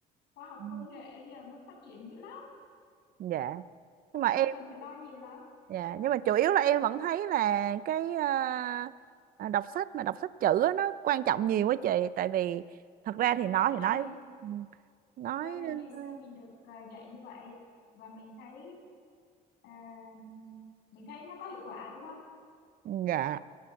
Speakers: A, on the left; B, on the right.
A: khoa học
B: ừ,
A: công nghệ giờ nó phát triển dữ lắm
B: dạ
A: không
B: nhưng mà
A: không
B: em
A: cần phải lo nhiều lắm
B: Dạ, nhưng mà chủ yếu là em vẫn thấy là cái à, à, đọc sách mà đọc sách chữ á, nó quan trọng nhiều quá chị tại vì thật ra
A: đúng
B: thì nói
A: vậy
B: thì
A: do
B: nói
A: mình
B: ừ, nói
A: do mình ngày xưa
B: ừ,
A: mình được à, dạy như vậy và mình thấy à, mình thấy nó có hiệu quả đúng không
B: ừ, dạ